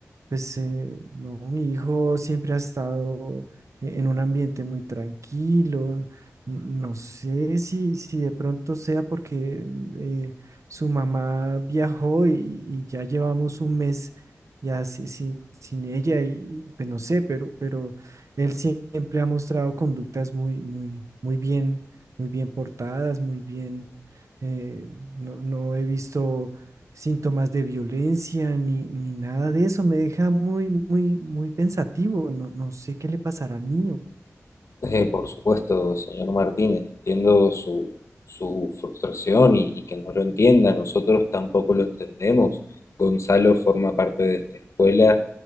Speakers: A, on the right (about 65°); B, on the left (about 60°).
A: Pues eh, no, mi hijo siempre ha estado e- en un ambiente muy tranquilo. n- No sé si, si de pronto sea porque eh, su mamá viajó y, y ya llevamos un mes ya si- sin, sin ella y pues no sé, pero, pero él siempre ha mostrado conductas muy, muy, muy bien, muy bien portadas, muy bien. eh, no, no he visto síntomas de violencia ni, ni nada de eso. Me deja muy, muy, muy pensativo. No, no sé qué le pasará al niño.
B: Eh, por supuesto, señor Martínez, entiendo su, su frustración y, y que no lo entienda, nosotros tampoco lo entendemos. Gonzalo forma parte de esta escuela,